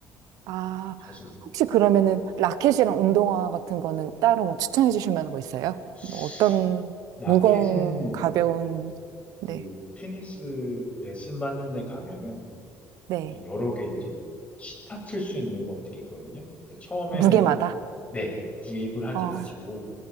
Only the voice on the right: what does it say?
아,
혹시 그러면은 라켓이랑 운동화 같은 거는 따로 뭐 추천해 주실 만한 거 있어요?
뭐 어떤
무거운, 가벼운,
네,
네.
무게마다?
어,